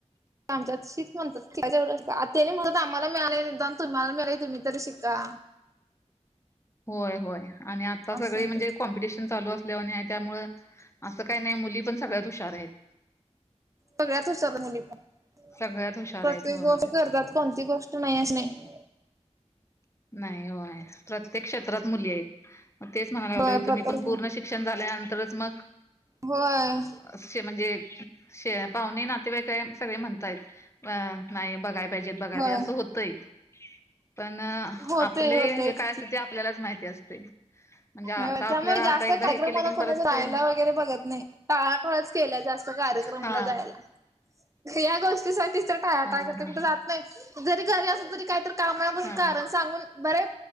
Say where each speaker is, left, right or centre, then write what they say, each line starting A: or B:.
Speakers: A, on the right (about 25°); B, on the left (about 25°).
A: आमच्यांत शिक्षणं म्हणतांत ते म्हणतांत आम्हांला मिळाले नाहीं तुम्हांला मिळालं तुम्हीं तरी शिकां
B: होयं होयं आणि आंता सगळीं
A: असं होतं
B: म्हणजे कॉम्पिटिशन चालूं असं जेणी आहे त्यांमुळे असं कांहीं नाहीं मुली पणं सगळ्यांत हुशांर आहेतं
A: सगळ्यांचं उसतरांत म्हणली पणं
B: सगळ्यात हुशार
A: प्रत्येक
B: आहेत होय
A: गोष्ट करतांत कोणती गोष्ट नाहीं अशी नाहीं
B: नाहीं होयं प्रत्येक क्षेत्रांत मुली आहेतं मंग तेचं म्हणांयलावले
A: होय प्रत्येक
B: तुम्हीं पणं पूर्ण शिक्षणं झाल्यानंतरच मंग
A: होयं
B: असे म्हणजे शे पाहूणे नाते वाईक वगैरें सगळें म्हणतांय अं नाहीं बघायचं बं
A: होय
B: असं होतंय पणं
A: होतय
B: आपले
A: होतयच
B: कायं आपल्यांलाच माहिती असते म्हणजे आता
A: त्यांमुळे
B: आपल्याला
A: जास्तं
B: आता एकदा
A: कार्यक्रमांना
B: हे केलं की
A: कोणाचं
B: परत
A: राहांयला
B: पूर्ण
A: वगैरें बघतं नाहीं काळा केलं जास्तं कार्यक्रमला
B: हा
A: जायलां यां गोष्टीसाठीचं तरं टाळांटाळं
B: हा
A: करते
B: हा
A: कुंठे
B: ह
A: जाते नाहीं जरी घरी असलं तरी कांहींतरी कामं आहे म्हणूंन
B: हा
A: कारणं सांगून बरे